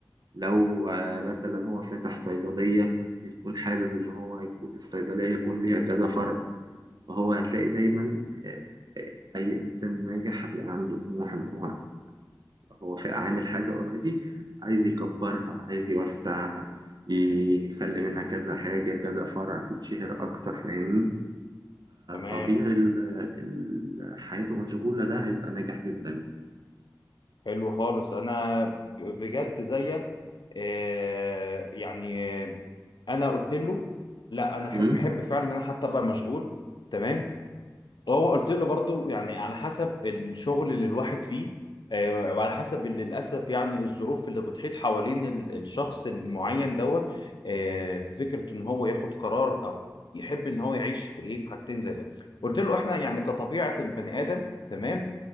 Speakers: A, on the right; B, on the left.
A: لو آه، مثلا هو فتح صيدلية هيكون حابب إن هو يكون الصيدلية يكون ليها كذا فرع فهو هتلاقي دايما آه، آه، أي إنسان ناجح هتلاقي عنده طموح إن هو هو في عامل حاجة اوريدي عايز يكبرها عايز يوسعها يخلي منها كذا حاجة كذا فرع تتشهر أكتر فاهمني
B: تمام
A: طبيعي ال- ال- حياته مشغولة ده هيبقى ناجح جدا
B: حلو خالص انا ب- بجد زيك آه يعني انا قلت له لا انا احب
A: مم.
B: احب فعلا ان انا حتى ابقى مشغول تمام هو قلت له برضو يعني على حسب الشغل اللي الواحد فيه آه، وعلى حسب اللي للاسف يعني الظروف اللي بتحيط حوالين ال- الشخص المعين دوت آه، في فكره ان هو ياخد قرار او يحب ان هو يعيش في ايه في حاجتين زي ده قلت له احنا يعني كطبيعه البني ادم تمام